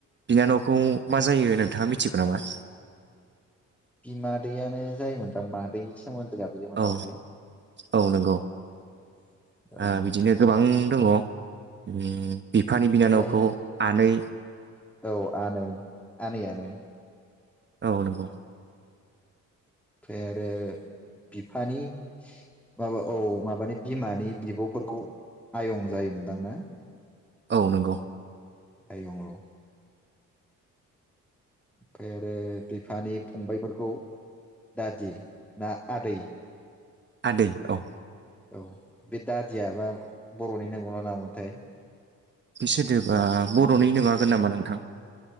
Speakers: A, on the right; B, in the centre.
A: बिनानावखौ मा जायो नोंथाङा मिथिगौ नामा?
B: बिमादैआानो जायोमोन दा मादै। मोन्दो गाबज्रियोमोन
A: औ
B: नामाथाय ।
A: औ नंगौ।
B: औ
A: ओ बिदिनो गोबां। दङ उम्म। बिफानि बिनानावखौ
B: ओमफ्राय
A: आनै।
B: औ आ नै आ नैआनो।
A: औ नंगौ।
B: फाय आरो बिफानि। माबा औ माबानि बिमानि। बिबफोरखौ आयं जायोमोनदां ना?
A: औ नंगौ।
B: आयं औ। ओमफाय आरो बिफानि फंबायफोरखौ दादि ना आदै।
A: आदै औ।
B: औ। बे दादियाबा बरनि। नंगौना नङा मोनोनथाय?
A: बि सोदोबा बर'नि नङा। हागोन नामा नोंथां?